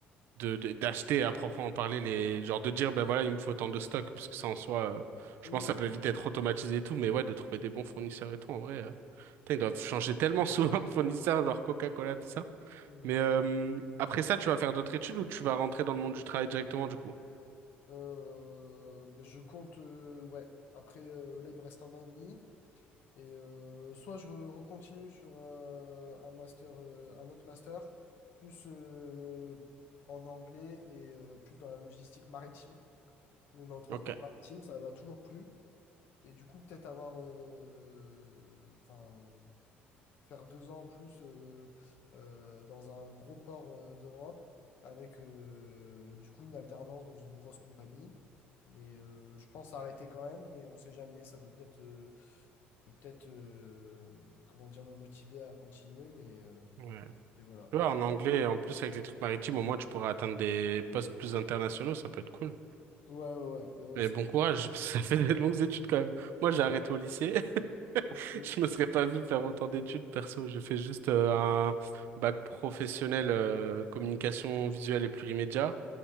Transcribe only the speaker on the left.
Oui,
oui.
mhm.
Euh, bah, je compte, euh, ouais. Après, euh, là, il me reste un an et demi. Et euh, soit je re- recontinue sur un, un master, euh, un autre master, plus euh, en anglais et euh, plus dans la logistique maritime. Donc dans le transport
maritime, ça m'a toujours plu. Et du coup, peut-être avoir, euh, enfin, faire deux ans en plus euh, euh, dans un gros port euh, d'Europe avec euh, du coup une alternance dans une grosse compagnie. Mais euh, je pense arrêter quand même, mais on sait jamais. Ça peut peut-être euh, peut peut-être euh, comment dire me motiver à continuer mais euh,
et voilà
Et-
ouais ouais ouais bah ouais
c'est-
ok